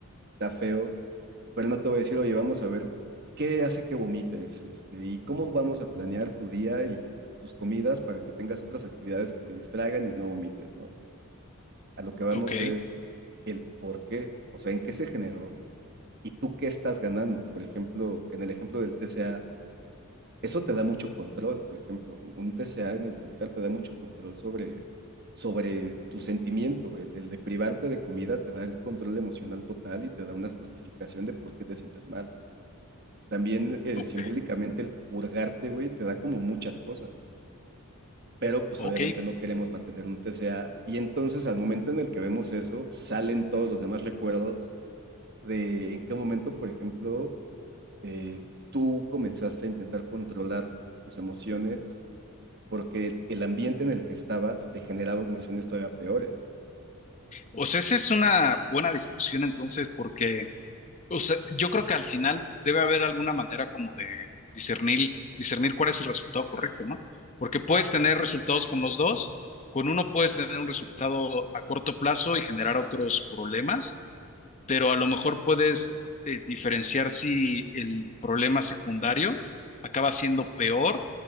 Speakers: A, on the right; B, on the left.
A: está feo, pero no te voy a decir, oye, vamos a ver qué hace que vomites, este, y cómo vamos a planear tu día y tus comidas para que tengas otras actividades que te distraigan y no vomites, ¿no? A lo que vamos
B: ok,
A: es el por qué, o sea, en qué se generó y tú qué estás ganando. Por ejemplo, en el ejemplo del TCA, eso te da mucho control, por ejemplo, un, un TCA en el vomitar te da mucho control sobre, sobre tu sentimiento, el, el de privarte de comida te da el control emocional total y te da una justificación de por qué te sientes mal. También eh,
B: ok,
A: simbólicamente el purgarte, güey, te da como muchas cosas, pero pues
B: ok.
A: obviamente no queremos mantener un TCA y entonces al momento en el que vemos eso, salen todos los demás recuerdos de en qué momento, por ejemplo, eh, tú comenzaste a intentar controlar tus emociones porque el ambiente en el que estabas te generaba emociones todavía peores.
B: O sea, esa es una buena discusión entonces, porque, o sea, yo creo que al final debe haber alguna manera como de discernir, discernir cuál es el resultado correcto, ¿no? Porque puedes tener resultados con los dos, con uno puedes tener un resultado a corto plazo y generar otros problemas pero a lo mejor puedes eh, diferenciar si el problema secundario acaba siendo peor